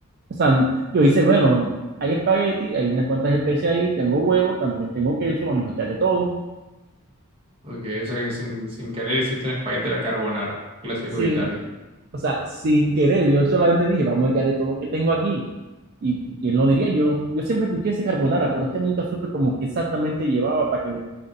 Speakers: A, on the right (about 45°); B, on the right (about 25°).
A: O sea, yo hice, bueno, hay espagueti, hay unas cuantas especies ahí, tengo huevo, también tengo queso, vamos a echarle todo.
B: Porque, o sea, que sin, sin querer hiciste un espagueti a la carbonara, clásico
A: Sin,
B: de Italia.
A: o sea, sin querer, yo solamente dije, vamos a echarle todo lo que tengo aquí. Y quién lo diría yo, yo siempre escuché ese carbonara, pero es que nunca supe como que exactamente llevaba para que,